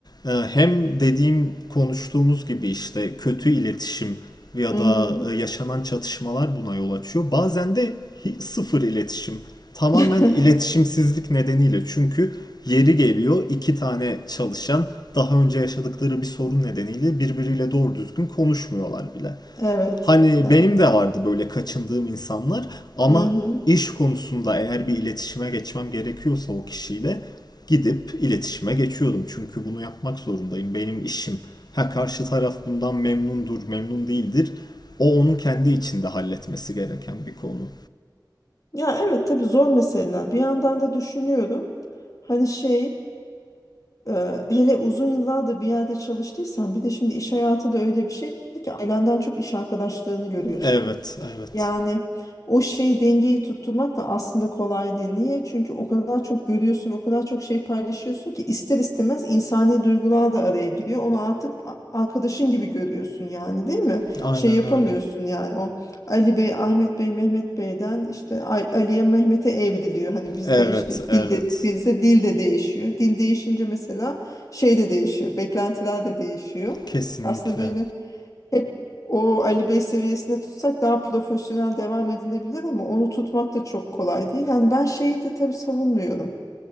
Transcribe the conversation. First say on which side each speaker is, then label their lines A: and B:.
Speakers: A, on the left; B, on the left.
A: e, hem dediğim konuştuğumuz gibi işte kötü iletişim ya
B: Hı
A: da
B: hı.
A: e, yaşanan çatışmalar buna yol açıyor. Bazen de hi- sıfır iletişim tamamen
B: <laughs>
A: iletişimsizlik nedeniyle çünkü yeri geliyor iki tane çalışan daha önce yaşadıkları bir sorun nedeniyle birbiriyle doğru düzgün konuşmuyorlar bile.
B: Evet,
A: Hani
B: evet.
A: benim de vardı böyle kaçındığım insanlar ama
B: Hı hı.
A: iş konusunda eğer bir iletişime geçmem gerekiyorsa o kişiyle gidip iletişime geçiyordum. Çünkü bunu yapmak zorundayım. Benim işim. Ha karşı taraf bundan memnundur, memnun değildir. O onun kendi içinde halletmesi gereken bir konu.
B: Ya evet tabii zor meseleler. Bir yandan da düşünüyorum. Hani şey e, hele uzun yıllardır bir yerde çalıştıysan bir de şimdi iş hayatı da öyle bir şey ki ailenden çok iş arkadaşlarını görüyorsun.
A: Evet, evet.
B: Yani o şey dengeyi tutturmak da aslında kolay değil. Niye? Çünkü o kadar çok görüyorsun, o kadar çok şey paylaşıyorsun ki ister istemez insani duygular da araya giriyor. Onu artık a- arkadaşın gibi görüyorsun yani değil mi?
A: Aynen
B: Şey yapamıyorsun
A: öyle.
B: yani o Ali Bey, Ahmet Bey, Mehmet Bey'den işte Al- Ali'ye, Mehmet'e evriliyor. Hani bizde
A: Evet,
B: işte
A: evet.
B: dil de, bizde dil de değişiyor. Dil değişince mesela şey de değişiyor, beklentiler de değişiyor.
A: Kesinlikle.
B: Aslında böyle hep o Ali Bey seviyesinde tutsak daha profesyonel devam edilebilir ama onu tutmak da çok kolay değil. Yani ben şeyi de tabii savunmuyorum.